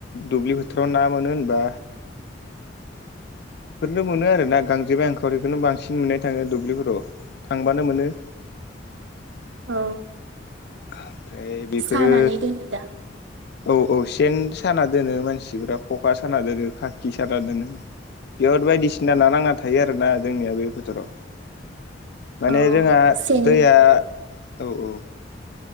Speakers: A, on the left; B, on the right.
A: दुब्लि बोथोराव ना मोनो होनबा बेफोरनो मोनो आरो ना गांजेबाय आंखावरिखौनो बांसिन मोननाय थाङो दुब्लिफोराव थांबानो मोनो।
B: औ
A: ओमफ्राय बेफोरो
B: सानानै दोनो दा
A: औ औ सेन साना दोनो मानसिफोरा खखा साना दोनो खाखि साना दोनो बिहाव बायदिसिना
B: अ
A: ना नांना थायो आरोना जोंनिया बे फोथोराव। माने
B: औ
A: जोंहा
B: सेन
A: दैया औ औ।